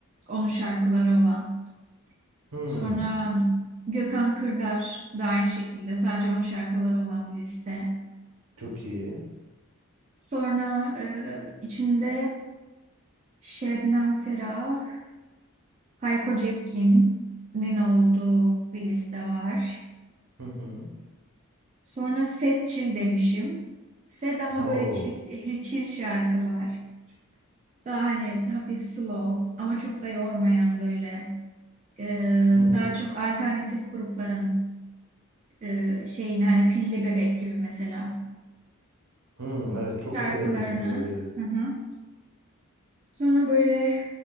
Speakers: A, on the right; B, on the right.
A: onun şarkıları olan.
B: Hmm,
A: Sonra Gökhan Kırdar da aynı şekilde sadece onun şarkıları olan bir liste.
B: çok iyi.
A: Sonra e, içinde Şebnem Ferah, Hayko Cepkin'in olduğu bir liste var.
B: Hı hı.
A: Sonra Set Çil demişim. Set ama
B: Oo.
A: böyle çil, <laughs> çil şarkılar. Daha hani hafif slow ama çok da yormayan böyle e,
B: Hı hı.
A: daha çok alternatif grupların e, şeyini hani Pilli Bebek gibi mesela
B: Hmm, evet çok
A: şarkılarını.
B: severim pilli bebeği.
A: Hı hı. Sonra böyle